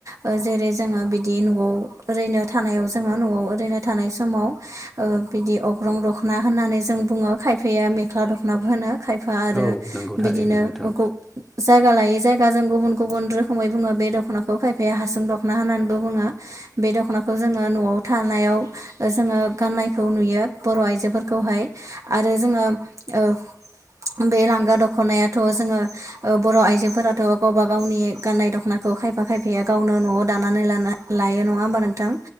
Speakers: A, on the right; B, in the centre.
A: ओ जेरै जोङो बिदि न'आव ओरैनो थानायाव जो जोङो न'आव ओरैनो थानाय समाव ओ बिदि अग्रं दखना होननानै जों बुङो खायफाया मे ख्ला दखनाबो होनो खायफा आरो
B: औ नंगौ थारैनो
A: बिदिनो
B: नोंथां
A: ओगु जायगा लायै जाय दा जों गुबुन गुबुन रोखोमै बुङो बे दख'नाखौ खायफाया हासुं दख'ना होननानैबो बुङो। बे दख'नाखौ जोङो न'आव थानायाव ओ जोङो गाननायखौ नुयो बर' आइजोफोरखौहाय आरो जोङो ओ बे लांगा दख'नायाथ' जोङो ओ बर' आइजोफोराथ' गावबा गावनि गाननाय दखनाखौ खायफा खायफाया गावनो न'आव दानानै लानो लायो नङा होमबा नोंथां